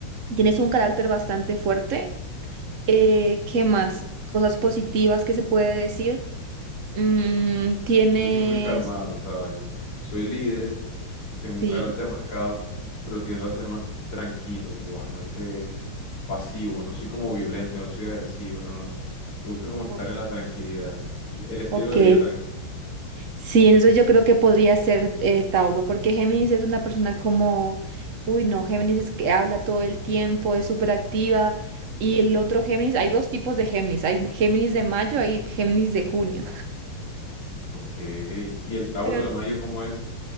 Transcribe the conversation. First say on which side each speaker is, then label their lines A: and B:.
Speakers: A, on the right; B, on the left.
A: tienes un carácter bastante fuerte. Eh, ¿qué más? Cosas positivas que se puede decir. Mm, tienes,
B: Yo soy muy calmado, ¿sabes? Soy líder, tengo
A: sí,
B: un carácter marcado, pero tiendo a ser más tranquilo, como bastante pasivo. No soy como violento, no soy agresivo, no, no, no. Me gusta como estar
A: ok.
B: en la tranquilidad, el estilo
A: ok.
B: de vida tranquilo.
A: Sí, entonces yo creo que podría ser eh, Tauro, porque Géminis es una persona como, uy, no, Géminis es que habla todo el tiempo, es súper activa. Y el otro Géminis, hay dos tipos de Géminis, hay Géminis de mayo, hay Géminis de junio.
B: Ok. ¿Y el
A: <laughs>
B: Tauro
A: Pero
B: de Mayo cómo es?